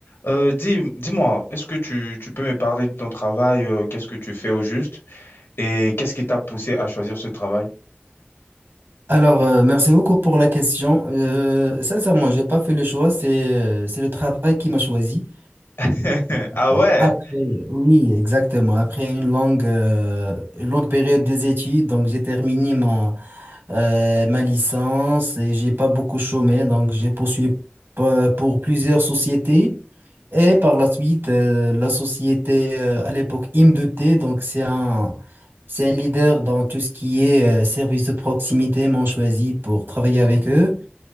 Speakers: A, on the left (about 75°); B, on the right (about 70°).
A: Euh, dis, dis-moi, est-ce que tu, tu peux me parler de ton travail, euh, qu'est-ce que tu fais au juste et qu'est-ce qui t'a poussé à choisir ce travail?
B: Alors, euh, merci beaucoup pour la question. Euh, sincèrement, j'ai pas fait le choix, c'est euh, c'est le travail qui m'a choisi.
A: <laughs> Ah
B: Euh,
A: ouais,
B: Après, oui, exactement. Après une longue, euh, une longue période des études, donc j'ai terminé euh, ma licence et j'ai pas beaucoup chômé, donc j'ai poursuivi p- pour plusieurs sociétés. Et par la suite, euh, la société euh, à l'époque IM2T, donc c'est un, c'est un leader dans tout ce qui est euh, service de proximité, m'ont choisi pour travailler avec eux.